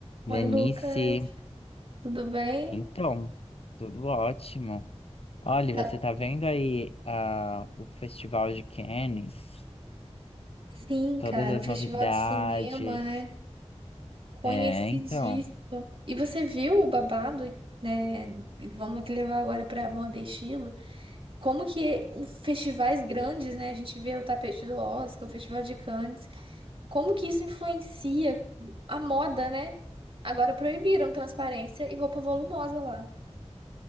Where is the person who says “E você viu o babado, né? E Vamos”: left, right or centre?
Right